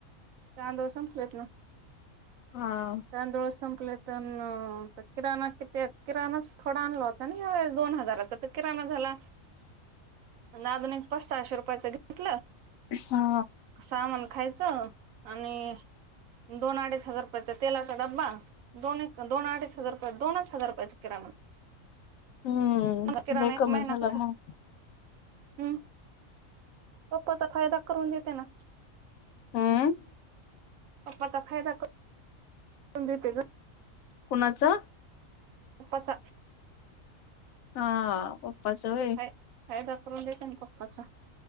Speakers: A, on the right; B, on the left.
A: त्यादोस केेतं.
B: हा.
A: तांदूळ संपले तर तर किराणा किती किराणाच थोडा आणला होता. दोन हजाराचा तर किराणा झाला.
B: <inaudible>
A: अजूनिक पच सहाशे रुपयाचं घेतलं.
B: हा.
A: सामान खायचं आणि दोन अडीच हजार रुपयाच. तेलाचा डब्बा दोन दोन अडीच हजार रुपये दोनच हजार रुपयाचा किराणा.
B: हम्म
A: किराण
B: लय
A: एक
B: कमी
A: महिना
B: झाला
A: कसा.
B: मग
A: हम् पप्पाचा फायदा करून देते ना.
B: हम.
A: अप्पाचााय तक. <unintelligible>
B: कोुणाचं?
A: पच.
B: हा पप्पाचय
A: फाय- फायदा करून देत आणि पक््पाचा